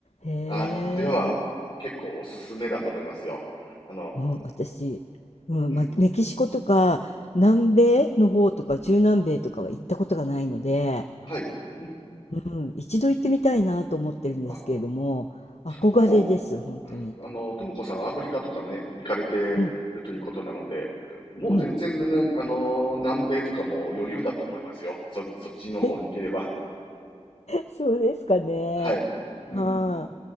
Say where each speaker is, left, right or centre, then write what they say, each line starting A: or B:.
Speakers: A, on the left; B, on the left.
A: へえ、
B: あ、では、結構おすすめだと思いますよ。あの、
A: うん、私、うん、
B: うん。
A: ま、メキシコとか、南米の方とか、中南米とかは行ったことがないので、
B: はい。うん。
A: うん、一度行ってみたいなと思ってるんですけれども、
B: あ、
A: 憧れです、
B: も
A: 本当に。
B: う、あの、ともこさん、アフリカとかね、行かれてるということなので、
A: うん、
B: もう全然ね、
A: うん。
B: あの、南米とかも余裕だと思いますよ。そ、そっちの方に行ければ。
A: <laughs> そうですかね。
B: はい。うん。
A: は